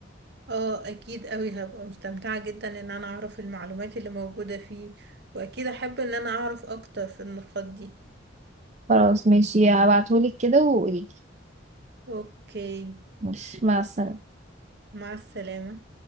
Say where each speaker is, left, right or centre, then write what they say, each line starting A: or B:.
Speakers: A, on the right (about 60°); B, on the right (about 35°).
A: اه اكيد قوي هبقى مستمتعة جدا ان انا اعرف المعلومات اللي موجودة فيه واكيد احب ان انا اعرف اكتر في النقاط دي
B: خلاص ماشي هبعتهولك كده وقوليلي
A: اوكي
B: ماشي مع السلامة
A: مع السلامة